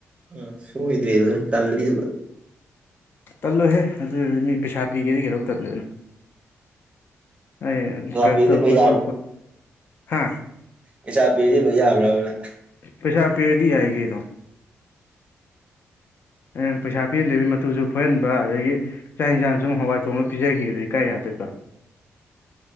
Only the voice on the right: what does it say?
ꯎꯝ ꯁꯣꯣꯏꯗ꯭ꯔꯦ ꯑꯗꯨ ꯇꯂꯗꯨ
ꯄꯩꯁꯥ
ꯄꯤꯔꯗꯤ
ꯂꯣꯏ
ꯄꯩꯆꯥ ꯄꯤꯔꯤꯗꯤ ꯂꯣꯏ ꯌꯥꯕ꯭ꯔꯕꯅ